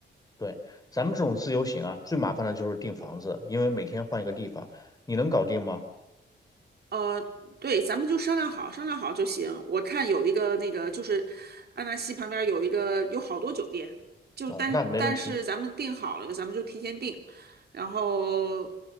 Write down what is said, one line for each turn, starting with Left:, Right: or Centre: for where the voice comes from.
Left: 对。咱们这种自由行啊，最麻烦的就是订房子，因为每天换一个地方，你能搞定吗？
Right: 呃，对，咱们就商量好，商量好就行。我看有一个那个，就是安纳西旁边有一个，有好多酒店，就但但是咱们定好了，
Left: 哦，那没问题。
Right: 咱们就提前定。然后，